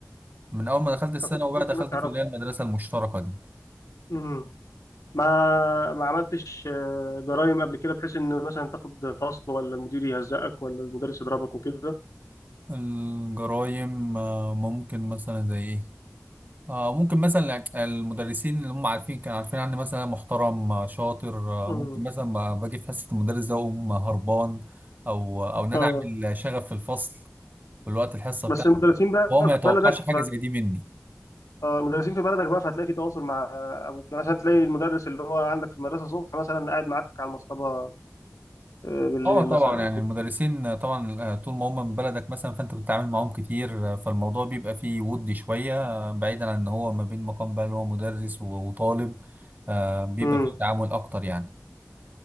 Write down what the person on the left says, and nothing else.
فكنت في
وسط
الناس تعرفها
امم ما ما عملتش آه، جرايم قبل كده بحيث ان مثلا تاخد فصل ولا المدير يهزقك ولا المدرس يضربك وكده
امم
اه
بس
المدرسين بقى
في
بلدك
آه، مدرسين في بلدك بقى فهتلاقي في تواصل مع ابوك يعني مثلا تلاقي المدرس اللي هو عندك في المدرسه الصبح مثلا قاعد معاك على المصطبه آه، بالليل
مثلا او
كده
امم